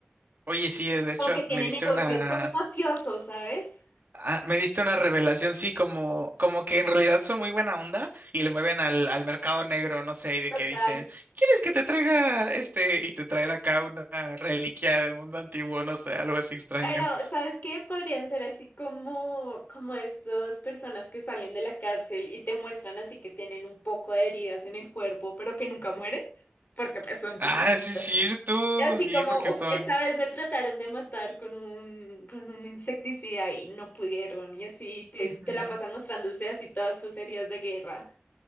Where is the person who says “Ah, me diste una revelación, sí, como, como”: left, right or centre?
Right